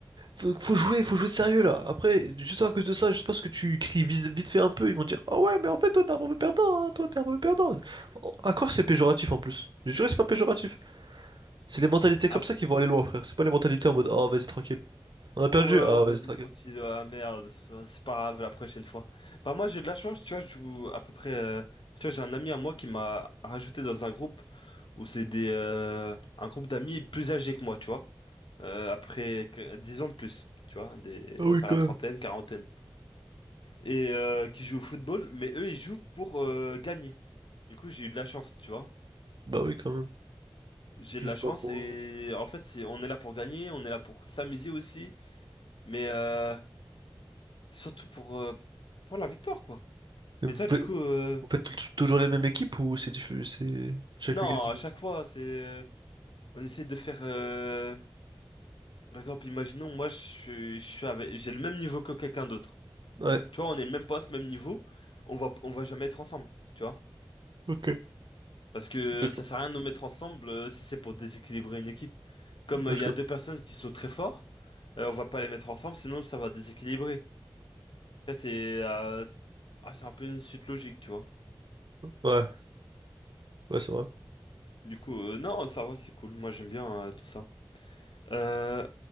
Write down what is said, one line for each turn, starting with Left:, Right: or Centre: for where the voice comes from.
Right: Faut, faut jouer, faut jouer sérieux là. Après, juste à cause de ça, juste parce que tu cries vite, vite fait un peu, ils vont dire Ah ouais, mais en fait, toi t'es un mauvais perdant, hein, toi t'es un mauvais perdant. À quoi c'est péjoratif en plus? Je jure, c'est pas péjoratif. C'est les mentalités comme
Left: Ah,
Right: ça qui vont aller loin, frère. C'est pas les mentalités en mode Ah vas-y, tranquille. On a perdu?
Left: ouais,
Right: Ah
Left: vas-y
Right: vas-y, tranquille.
Left: tranquille, ah merde, c'est pas grave la prochaine fois. Bah moi j'ai de la chance, tu vois, je joue à peu près euh, tu vois, j'ai un ami à moi qui m'a rajouté dans un groupe où c'est des euh, un groupe d'amis plus âgés que moi, tu vois. Euh, après que- 10 ans de plus, tu vois, des
Right: Ah oui,
Left: enfin
Right: quand
Left: la trentaine,
Right: même.
Left: quarantaine et euh, qui jouent au football, mais eux ils jouent pour euh, gagner. Du coup, j'ai eu de la chance, tu vois.
Right: Bah oui, quand même.
Left: J'ai
Right: Tu
Left: de la
Right: joues
Left: chance
Right: pas pour.
Left: et en fait, c'est, on est là pour gagner, on est là pour s'amuser aussi, mais euh, surtout pour, euh, pour la victoire, quoi.
Right: Et Vous
Left: Mais toi,
Right: faites,
Left: du coup, euh,
Right: vous faites tou- toujours les mêmes équipes ou c'est diffu- c'est chaque
Left: non,
Right: week-end différent?
Left: à chaque fois, c'est, euh, on essaie de faire, euh, par exemple, imaginons, moi, je, suis- je suis avec- j'ai le même niveau que quelqu'un d'autre.
Right: Ouais,
Left: Tu vois, on est le même poste, même niveau, on va, on va jamais être ensemble, tu vois.
Right: ok.
Left: Parce que
Right: Ok, je-
Left: ça sert à rien de nous mettre ensemble euh, si c'est pour déséquilibrer une équipe. Comme
Right: Ouais,
Left: euh, il
Right: je
Left: y
Right: comprends.
Left: a deux personnes qui sont très fortes, euh, on va pas les mettre ensemble, sinon ça va déséquilibrer. Ça, c'est euh, ah, c'est un peu une suite logique, tu vois.
Right: ouais, ouais, c'est vrai.
Left: Du coup, euh, non, ça va, c'est cool. Moi, j'aime bien euh, tout ça. Euh,